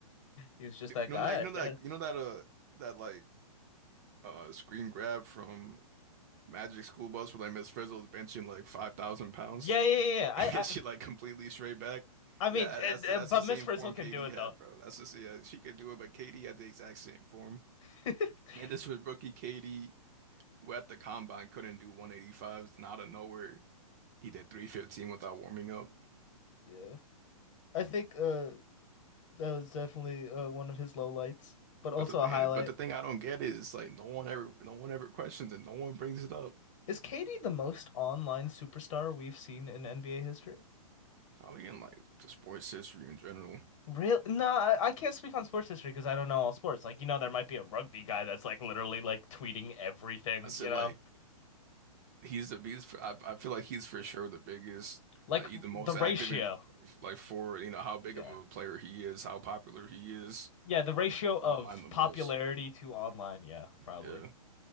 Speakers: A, on the left; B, on the right.
A: he was just
B: You
A: that
B: know
A: guy,
B: that you
A: I
B: know
A: guess.
B: that you know that uh that like uh screen grab from Magic School Bus where like Miss Frizzle's benching like five thousand pounds
A: Yeah, yeah, yeah.
B: <laughs>
A: yeah. I,
B: and
A: I,
B: she like completely straight back.
A: I mean,
B: Yeah,
A: uh,
B: that's that's
A: uh, but
B: the same
A: Miss Frizzle
B: form
A: can
B: KD
A: do it
B: had,
A: though.
B: bro. That's the yeah, she could do it, but KD had the exact same form.
A: <laughs>
B: And this was rookie KD, who at the combine couldn't do 185s, and out of nowhere he did 315 without warming up.
A: Yeah. I think uh That was definitely uh, one of his lowlights, but
B: But
A: also
B: the
A: a highlight.
B: but the thing I don't get is like no one ever no one ever questions it, no one brings it up.
A: Is KD the most online superstar we've seen in NBA history?
B: Probably in like the sports history in general.
A: Real? No, I, I can't speak on sports history because I don't know all sports. Like, you know, there might be a rugby guy that's like literally like tweeting everything,
B: I said
A: you know?
B: like he's the biggest. I I feel like he's for sure the biggest
A: Like
B: like he's the most
A: the ratio.
B: active in like for you know how big
A: Yeah.
B: of a player he is, how popular he is.
A: Yeah, the ratio
B: He's
A: of
B: online the most.
A: popularity to online. Yeah, probably.
B: Yeah.